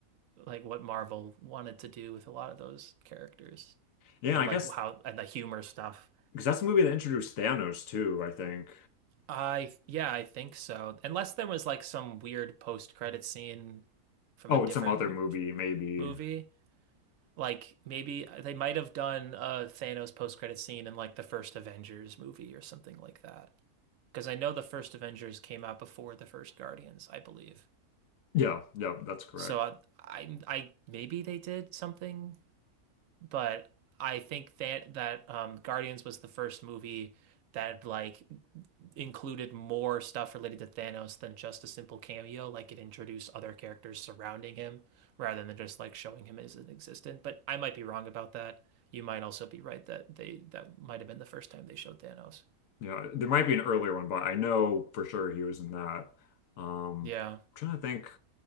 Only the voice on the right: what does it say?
like what Marvel wanted to do with a lot of those characters
and
like
how and the humor stuff.
I yeah, I think so. Unless there was like some weird post-credit scene from
a different
mo
movie, like maybe they might have done a Thanos post-credit scene in like the first Avengers movie or something like that. because I know the first Avengers came out before the first Guardians, I believe.
So I, I, I maybe they did something, but I think that that um, Guardians was the first movie that like included more stuff related to Thanos than just a simple cameo. Like it introduced other characters surrounding him rather than just like showing him as an existent. But I might be wrong about that. You might also be right that they that might have been the first time they showed Thanos.
Yeah,